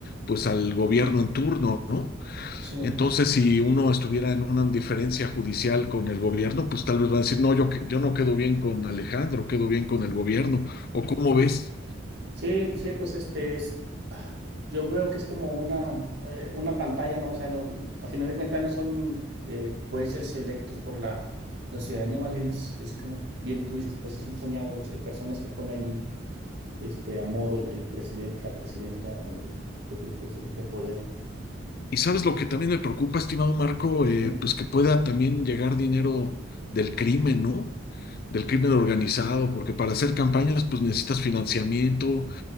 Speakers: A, on the left; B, on the right.
A: pues al gobierno en turno, ¿no?
B: Sí,
A: Entonces, si uno estuviera en una diferencia judicial con el gobierno, pues tal vez va a decir, no, yo, que- yo no quedo bien con Alejandro, quedo bien con el gobierno, o cómo ves.
B: sí, sí, pues este es, ah, yo veo que es como una, eh, una pantalla, ¿no? O sea, no, a final de cuentas no son eh, jueces electos por la, la ciudadanía, más bien es, es como bien tú dices, pues es un puñado de personas que pone ahí este, a modo el, el presidente, la presidenta o los, los grupos de, de poder.
A: Y sabes lo que también me preocupa, estimado Marco, Eh,
B: Sí,
A: pues que pueda también llegar dinero del crimen, ¿no? Del crimen organizado, porque para hacer campañas pues necesitas financiamiento